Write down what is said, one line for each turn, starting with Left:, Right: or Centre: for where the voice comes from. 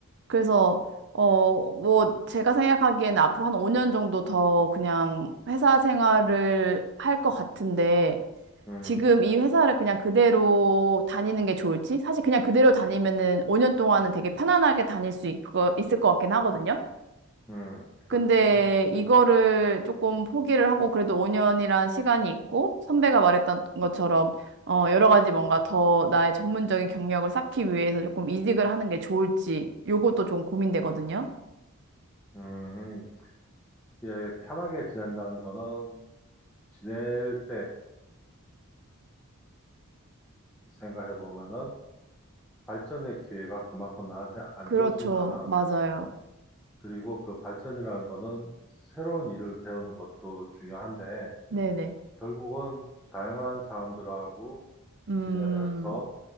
Right: 그래서, 어, 뭐, 제가 생각하기에는 앞으로 한 5년 정도 더 그냥 회사 생활을 할 것 같은데
Centre: 음,
Right: 지금 이 회사를 그냥 그대로 다니는 게 좋을지? 사실 그냥 그대로 다니면은 5년 동안은 되게 편안하게 다닐 수 있, 있을 것 같긴 하거든요.
Centre: 음,
Right: 근데
Centre: 그렇지.
Right: 이거를 조금 포기를 하고 그래도 5년이란 시간이 있고 선배가 말했던 것처럼 어, 여러 가지 뭔가 더 나의 전문적인 경력을 쌓기 위해서 조금 이직을 하는 게 좋을지 요것도 좀 고민되거든요.
Centre: 음, 음. 예, 편하게 지낸다는 거는 지낼 때 생각해 보면은 발전의 기회가 그만큼 나한테 안
Right: 그렇죠.
Centre: 주어진다.
Right: 맞아요.
Centre: 그리고 그 발전이라는 거는 새로운 일을 배우는 것도 중요한데
Right: 네네.
Centre: 결국은 다양한 사람들하고
Right: 음,
Centre: 지내면서